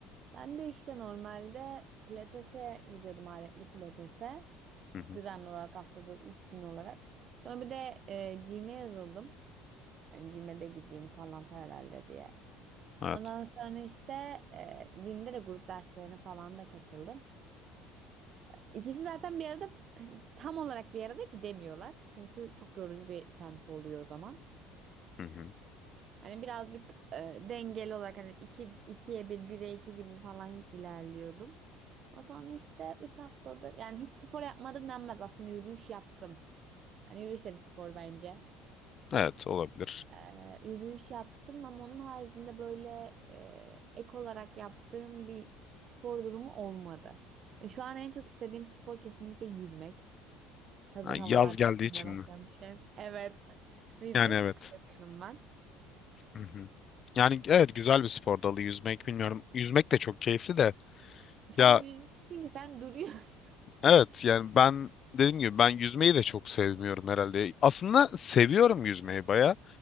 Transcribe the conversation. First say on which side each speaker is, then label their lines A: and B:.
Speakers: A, on the right; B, on the left.
A: Ben de işte normalde pilatese gidiyordum aletli pilatese.
B: Hı hı.
A: Düzenli olarak haftada 3 gün olarak. Sonra bir de e, gym'e yazıldım. Yani gym'e de gideyim falan paralelde diye.
B: Evet.
A: Ondan sonra işte e, gym'de de grup derslerine falan da katıldım. İkisi zaten bir arada t- tam olarak bir arada gidemiyorlar. Çünkü çok yorucu bir tempo oluyor o zaman.
B: Hı hı.
A: Hani birazcık e, dengeli olarak hani iki, ikiye bir, bire iki gibi falan ilerliyordum. Ama sonra işte üç haftadır yani hiç spor yapmadım denmez aslında yürüyüş yaptım. Hani yürüyüş de bir spor bence.
B: Evet olabilir.
A: Ee, yürüyüş yaptım ama onun haricinde böyle e, ek olarak yaptığım bir spor durumu olmadı. E, şu an en çok istediğim spor kesinlikle yüzmek. Hazır
B: Ha, yaz
A: havalar da
B: geldiği
A: ısınmaya
B: için
A: başlamışken.
B: mi?
A: Evet. Yüzmeyi
B: Yani evet.
A: çok seviyorum ben.
B: Hı hı. Yani evet güzel bir spor dalı yüzmek bilmiyorum. Yüzmek de çok keyifli de.
A: Sen
B: Ya
A: yüzmüyorsun ki sen duruyorsun. <laughs>
B: Evet yani ben dediğim gibi ben yüzmeyi de çok sevmiyorum herhalde. Aslında seviyorum yüzmeyi baya